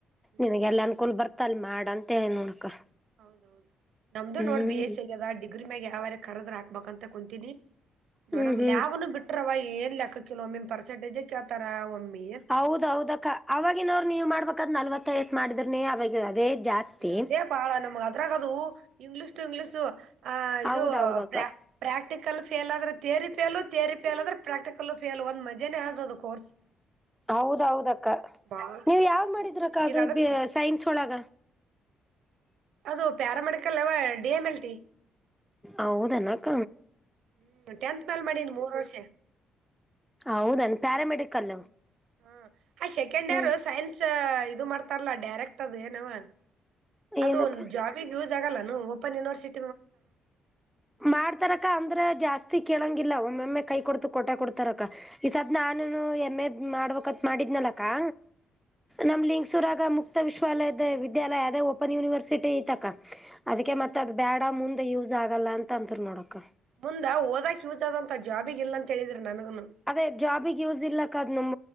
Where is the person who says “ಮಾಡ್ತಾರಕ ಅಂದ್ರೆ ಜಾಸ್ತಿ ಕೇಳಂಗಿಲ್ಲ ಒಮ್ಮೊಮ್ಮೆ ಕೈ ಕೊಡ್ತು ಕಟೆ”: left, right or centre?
Centre